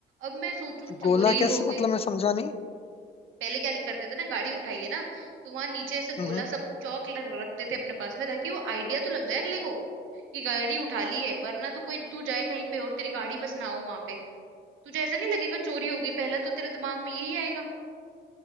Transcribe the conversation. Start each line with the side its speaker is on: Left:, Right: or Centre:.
Right: अब मैं सोचू चोरी
Left: गोला
Right: हो
Left: कैसे
Right: गई
Left: मतलब मैं समझा नहीं
Right: पहले क्या लिख करते थे ना गाड़ी उठाइए ना तो वहां नीचे ऐसे
Left: हम्म
Right: गोला सब चौक रख- रखते थे अपने पास में ताकि वो आइडिया तो लग जाए अगले को कि गाड़ी उठा ली है वरना तो कोई तू जाए कहीं पे और तेरी गाड़ी बस ना हो वहां पे तुझे ऐसा नहीं लगेगा चोरी हो गई पहला तो तेरे दिमाग में यही आएगा